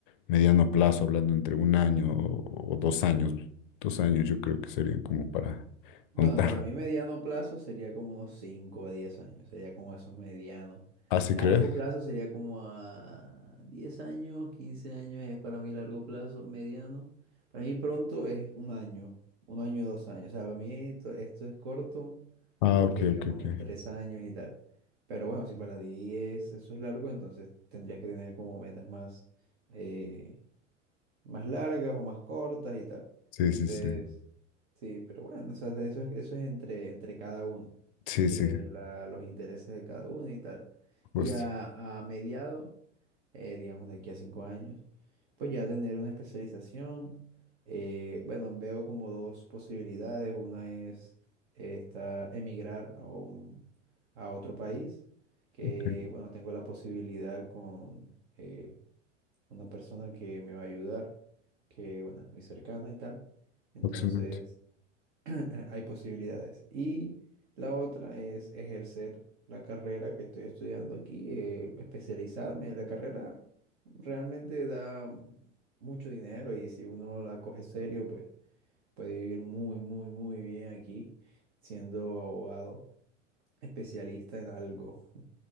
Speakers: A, on the left (about 45°); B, on the right (about 55°).
A: mediano plazo, hablando entre un año o, o dos años. Dos años yo creo que serían como para
B: Bueno,
A: contar.
B: para mí mediano plazo sería como unos 5 a 10 años, sería como esos medianos.
A: <laughs> ¿Ah, sí
B: Largo
A: crees?
B: plazo sería como a 10 años, 15 años es para mí largo plazo, mediano. Para mí pronto es un año, un año, dos años. O sea, para mí esto, esto es corto
A: Ah,
B: porque
A: ok,
B: digamos
A: ok, ok.
B: en tres años y tal. Pero bueno, si para ti es, eso es largo, entonces tendrías que tener como metas más, eh, más largas o más cortas y tal.
A: Sí,
B: Entonces,
A: sí, sí.
B: sí, pero bueno, o sea, eso es, eso es entre, entre cada uno,
A: Sí,
B: entre
A: sí,
B: la- los intereses de cada uno y tal.
A: justo.
B: Y a, a mediado, eh, digamos de aquí a cinco años, pues ya tener una especialización. eh, bueno, veo como dos posibilidades. Una es eh, esta, emigrar a, un- a otro país, que
A: Ok,
B: bueno, tengo la posibilidad con... eh, una persona que me va a ayudar, que bueno, es muy cercana y tal. Entonces,
A: excelente.
B: <laughs> hay posibilidades. Y la otra es ejercer la carrera que estoy estudiando aquí, eh, especializarme. La carrera realmente da mucho dinero y si uno la coge serio, pues puede vivir muy, muy, muy bien aquí siendo abogado, especialista en algo. <laughs>